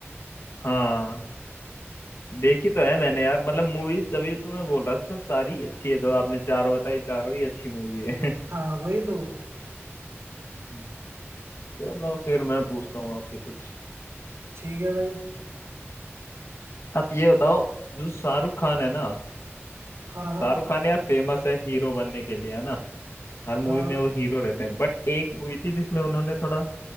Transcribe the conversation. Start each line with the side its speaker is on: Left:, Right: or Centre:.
Left: हाँ देखी तो है मैंने यार मतलब मूवीज तभी तो मैं बोल रहा था सारी अच्छी है तो आपने चारों बताई चारों ही अच्छी मूवी है
Right: हाँ वही तो
Left: हम्म। <laughs> चलो फिर मैं पूछता हूँ आपसे कुछ
Right: ठीक है भाई
Left: आप ये बताओ जो शाहरुख खान है ना
Right: हाँ हाँ
Left: शाहरुख खान यार फेमस है हीरो बनने के लिए है ना हर
Right: हाँ
Left: मूवी में वो हीरो रहते हैं बट एक मूवी थी जिसमें उन्होंने थोड़ा